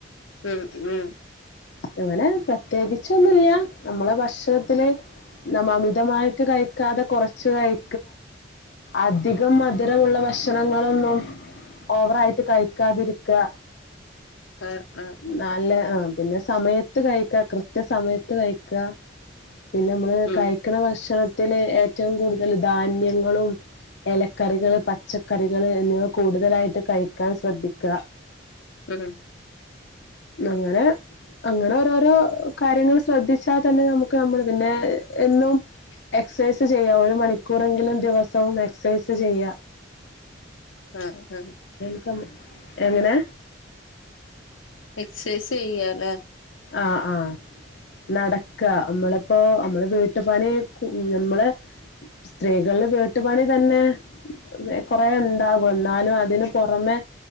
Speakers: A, on the left (about 85°); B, on the left (about 60°).
A: ഉം ഉം
B: അങ്ങനെ പ്രത്യേകിച്ചൊന്നുമില്ല നമ്മളെ ഭക്ഷണത്തില് ന അമിതമായി കഴിക്കാതെ കുറച്ച് കഴി അധികം മധുരമുള്ള ഭക്ഷണങ്ങളൊന്നും ഓവറായിട്ട് കഴിക്കാതിരിക്കുക.
A: ആഹ് ആഹ്
B: ന്നല് ആ പിന്നെ സമയത്ത് കഴിക്ക, കൃത്യ സമയത്ത് കഴിക്ക. പിന്നെ നമ്മള്
A: ഉം
B: കഴിക്കണ ഭക്ഷണത്തില് ഏറ്റവും കൂടുതൽ ധാന്യങ്ങളും. ഇലക്കറികള്, പച്ചക്കറികള് എന്നിവ കൂടുതലായിട്ട് കഴിക്കാൻ ശ്രദ്ധിക്കുക.
A: ഉം
B: അങ്ങനെ അങ്ങനെ ഓരോരോ... കാര്യങ്ങൾ ശ്രദ്ധിച്ചാൽ തന്നെ നമുക്ക് നമ്മൾ പിന്നെ... എന്നും എക്സസൈസ് ചെയ്യാ ഒരു മണിക്കൂറെങ്കിലും ദിവസവും എക്സസൈസ് ചെയ്യ
A: ആഹ ആഹ.
B: ആം എങ്ങനെ..
A: എക്സൈസ് ചെയ്യാലെ
B: ആഹ ആഹ.. നടക്ക മ്മള്പ്പോ... അമ്മള് വീട്ടുപണി.... അമ്മള് സ്ത്രീകൾ. വീട്ടുപണി തന്നെ..... കൊറേണ്ടാകും എന്നാലും അതിന് പുറമെ.